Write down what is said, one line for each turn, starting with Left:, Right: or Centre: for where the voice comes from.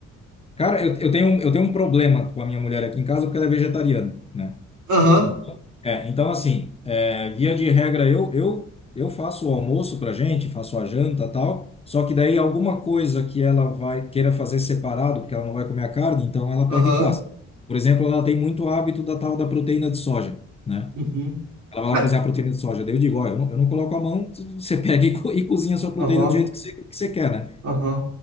Left: Cara, eu, eu tenho, um- eu tenho um problema com a minha mulher aqui em casa porque ela é vegetariana, né?
Right: Aham,
Left: Então, é, então assim, é, via de regra, eu, eu, eu faço o almoço pra gente, faço a janta tal, só que daí alguma coisa que ela vai queira fazer separado, porque ela não vai comer a carne, então ela
Right: aham,
Left: pega e faz. Por exemplo, ela tem muito hábito da tal da proteína de soja, né?
Right: uhum,
Left: Ela vai
Right: Cara,
Left: lá cozinhar a proteína de soja. Daí eu digo, ó, eu não, eu não coloco a mão, tu- você <laughs> pega e, co- e cozinha a sua proteína
Right: aham,
Left: do jeito que você, que você quer, né?
Right: aham.